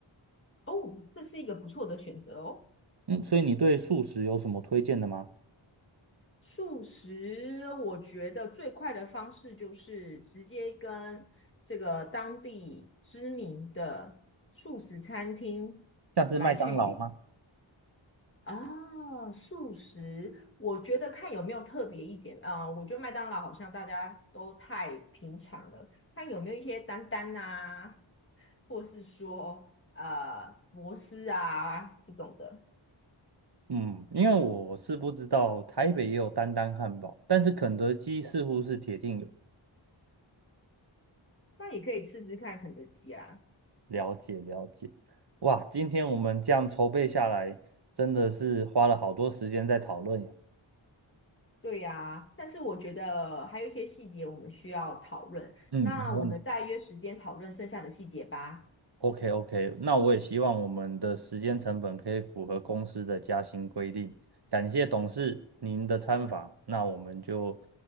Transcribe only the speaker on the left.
哦，这是一个不错的选择哦。
素食，我觉得最快的方式就是直接跟这个当地知名的素食餐厅来去
啊，素食，我觉得看有没有特别一点啊，我觉得麦当劳好像大家都太平常了，看有没有一些丹丹啊，或是说呃摩斯啊这种的，
那也可以试试看肯德基啊。
对呀，但是我觉得还有一些细节我们需要讨论，
那我们再约时间讨论剩下的细节吧。